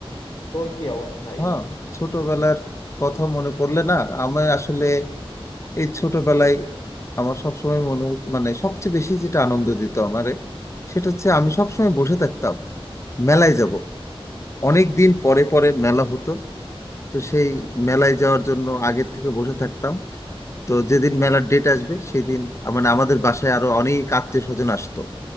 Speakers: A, on the left; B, on the left.
A: তোর কি অবস্থা
B: হ্যাঁ
A: এই নিয়ে
B: ছোটবেলার কথা মনে পড়লে না আমি আসলে এই ছোটবেলায় আমার সবসময় মনে মানে সবচেয়ে বেশি যেটা আনন্দ দিত আমারে সেটা হচ্ছে আমি সবসময় বসে থাকতাম মেলায় যাব অনেক দিন পরে পরে মেলা হতো তো সেই মেলায় যাওয়ার জন্য আগের থেকে বসে থাকতাম তো যেদিন মেলার ডেট আসবে সেদিন আ- মানে আমাদের বাসায় আরো অনেক আত্মীয় স্বজন আসতো